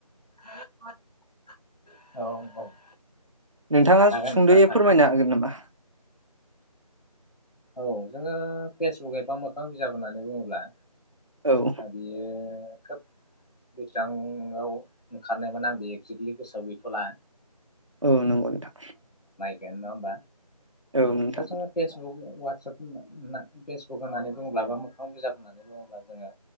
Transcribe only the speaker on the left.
<unintelligible> औ औ
हागोन
नोंथां
औ जोङो फेसबुक एबा मोखां बिजाब होननानै बुङोब्ला
दा बियो खोब बेसेबांआव ओंखारनायमोन आं बे एक्जेक्टलि गोसोआव गैथ'ला
खेयानो नंङा होनबा?
<unintelligible> फेसबुक वाटसाप होन फेसबुक होननानै बुङोब्ला बा मोखां बिजाब होननानै बुङोब्ला जोङो